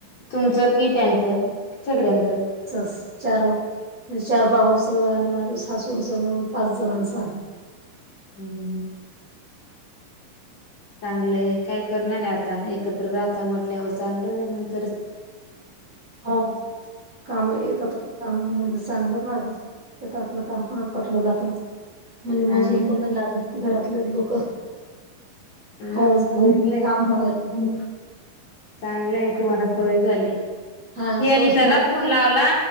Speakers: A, on the left; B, on the right.
A: तुमचं कि त्यांचं सगळ्यांचं
B: ब चार म्हणजे चार बाऊंचं आणि माझे हासूंचं म्हणून पाच जणांचं आहे
A: हम्म चांगलंय काय करणार आहे आता एकत्र राहता म्हटल्यावर चांगलंच नर
B: हो काम एकत्र काम म्हणजे चांगल ना गतलं काम प पटलं जात म्हणजे मजूर
A: हा ना,
B: पण नाही लागत घरातले लोक
A: हा
B: होऊन जाऊन
A: चांगलं
B: काम करायला
A: चांगलं आहे तुम्हाला होय झाली
B: हा
A: हे अनि
B: सोय
A: त्याला
B: झाली
A: फोन लावला